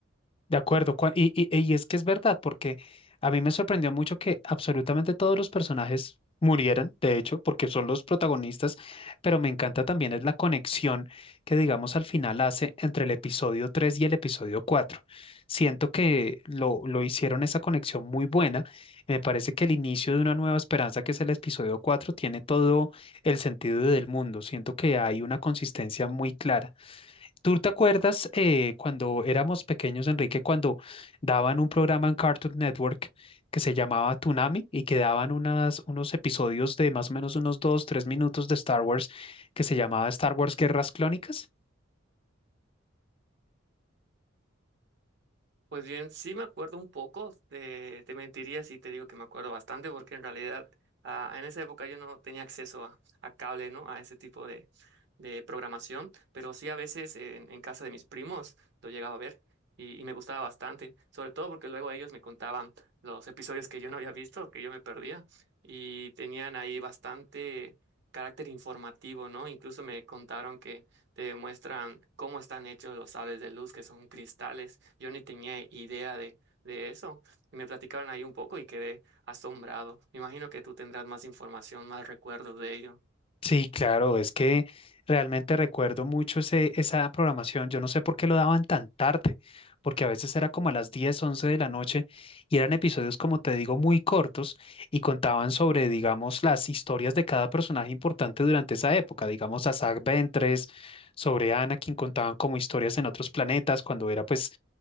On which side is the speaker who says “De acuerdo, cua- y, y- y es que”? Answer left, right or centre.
Left